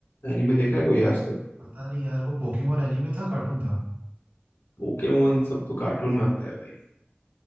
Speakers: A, on the left; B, on the right.
A: एनीमे देखा है कोई आज तक
B: पता नहीं यार वो पोकेमोन एनीमे था कार्टून था
A: पोकेमोन सब तो कार्टून में आता है भाई